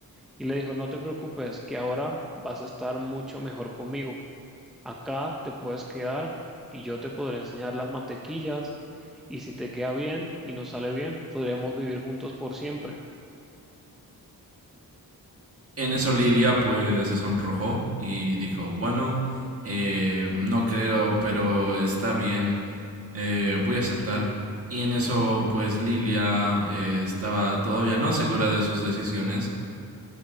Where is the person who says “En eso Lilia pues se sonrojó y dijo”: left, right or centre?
Right